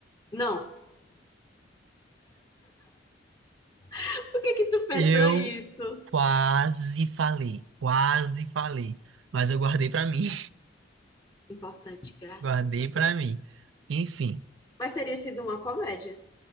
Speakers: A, on the left (about 20°); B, on the right (about 75°).
A: Não. <laughs> O que que tu pensou
B: Eu
A: isso?
B: Quase falei, quase falei, mas eu guardei pra mim,
A: Importante,
B: <laughs>
A: graças
B: guardei
A: a Deus.
B: pra mim. Enfim,
A: Mas teria sido uma comédia.